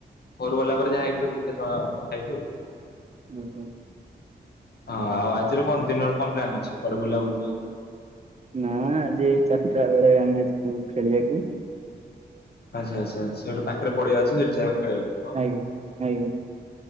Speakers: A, on the left; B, on the right.
A: ଘରୁ ଗଲା ପରେ ଯାହା ହେଇଥିବ ଦେଖିବା ଜଣା ଖାଇବୁ ଆଉ।
B: ଉଁ ହୁଁ।
A: ହଁ ଆଉ ଆଜିର କଣ ଦିନରେ କଣ ପ୍ଲାନ୍ ଅଛି କୁଆଡେ ବୁଲା ବୁଲି।
B: ନା ଆଜି ଏ ଚାରିଟା ବେଳେ ଆମେ ଯିବୁ ଖେଳିବାକୁ।
A: ଆଚ୍ଛା ଆଚ୍ଛା ସେଠୁ ପାଖରେ ପଡିଆ ଅଛି ସେଠ ଯାଅ ଖେଳିଆକୁ।
B: ଆଜ୍ଞା ଆଜ୍ଞା